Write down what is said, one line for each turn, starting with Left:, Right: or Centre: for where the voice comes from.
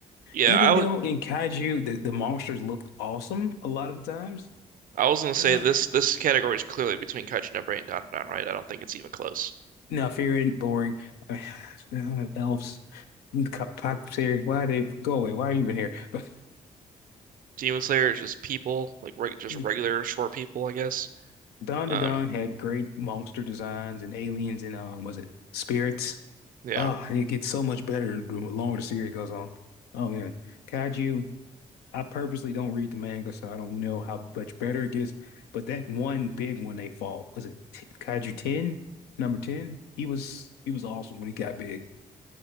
Right: Yeah,
Left: Even
Right: I would
Left: though in Kaiju, the, the monsters looked awesome a lot of the times.
Right: I was gonna say
Left: Ugh.
Right: this this category is clearly between Kaijinobre and Dandadan, right? I don't think it's even close.
Left: No, fear ain't boring. Uh, <sighs> elves, pops here. Why they go away? Why are you even here? But
Right: Demon Slayer is just people, like reg just
Left: <laughs>
Right: regular short people, I guess.
Left: Dawn to
Right: Um,
Left: Dawn had great monster designs and aliens and um, was it spirits?
Right: yeah,
Left: Oh, and it gets so much better the longer the series goes on. Oh man, Kaiju. I purposely don't read the manga, so I don't know how much better it gets. But that one big one they fought was it Kaiju 10, number 10? He was he was awesome when he got big.